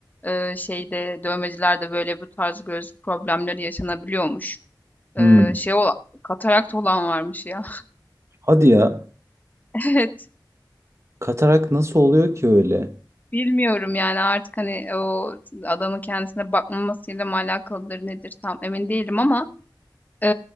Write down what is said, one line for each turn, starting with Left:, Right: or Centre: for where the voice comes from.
Left: eee, şeyde, dövmecilerde böyle bu tarz göz problemleri yaşanabiliyormuş.
Right: Hmm.
Left: Eee, şey ola katarakt olan varmış ya.
Right: Hadi ya.
Left: <laughs> Evet.
Right: Katarak nasıl oluyor ki öyle?
Left: Bilmiyorum yani artık hani o adamın kendisine bakmamasıyla mı alakalıdır nedir tam emin değilim ama eee,